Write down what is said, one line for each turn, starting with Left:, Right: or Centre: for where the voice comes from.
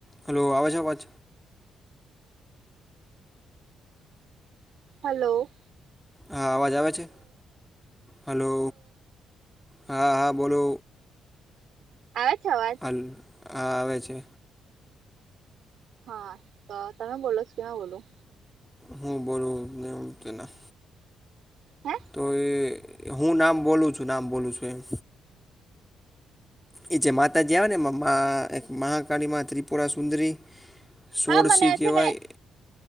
Centre: હાલો આવજ અવાજ
Right: હાલો
Centre: હા અવાજ આવે છે, હલો હા હા બોલો
Right: આવે છે, અવાજ
Centre: હાલ હા આવે છે.
Right: હ તો તમે બોલો કે મે બોલું?
Centre: હું બોલુ નેમતી ના
Right: હે?
Centre: તો એ હું નામ બોલું છું નામ બોલું છું એમ એ જે માતાજી આવે ને એમાં માં મહાકાળીમાં ત્રિપુરા સુંદરી સોળસી
Right: હા મને આ
Centre: કહેવાય
Right: છે ને